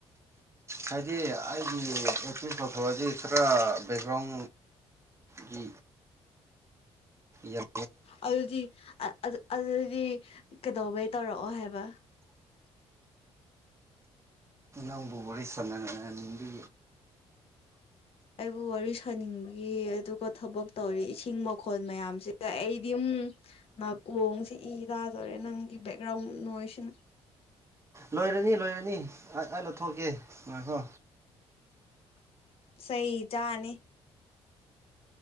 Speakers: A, on the right (about 25°); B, on the left (about 55°).
A: ꯍꯥꯏꯗꯤ ꯑꯩꯒꯤ ꯑꯦꯛꯇ ꯇꯊꯣꯛꯂꯗꯤ ꯈꯔ ꯕꯦꯛꯒ꯭ꯔꯥꯎꯟ ꯒꯤ ꯌꯝ
B: ꯑꯗꯨꯗꯤ ꯑꯗꯨꯗꯤ ꯀꯩꯗꯧꯕꯩ ꯇꯧꯔꯛꯑꯣ ꯍꯥꯏꯕ
A: ꯑꯪꯕꯨ ꯋꯥꯔꯤ ꯁꯥꯟꯅ ꯅꯗꯤ
B: ꯑꯩꯕꯨ ꯋꯥꯔꯤ ꯁꯥꯅꯤꯡꯕꯒꯤ ꯑꯗꯨꯒ ꯊꯕꯛ ꯇꯧꯔꯤ ꯏꯁꯤꯡ ꯃꯈꫭꯜ ꯃꯌꯥꯝꯁꯤꯒ ꯑꯩꯗꯤ ꯎꯝ ꯅꯥꯀꯣꯡꯁꯤ ꯏ ꯇꯥꯗꯣꯔꯦ ꯅꯪꯒꯤ ꯕꯦꯛꯒ꯭ꯔꯥꯎꯟ ꯅꯣꯏꯁꯤꯅ
A: ꯂꯣꯏꯔꯅꯤ ꯂꯣꯏꯔꯅꯤ ꯑꯩ ꯂꯧꯊꯣꯛꯀꯦ ꯉꯥꯏꯈꯣ
B: ꯆ‌ꯩꯆꯥꯅꯤ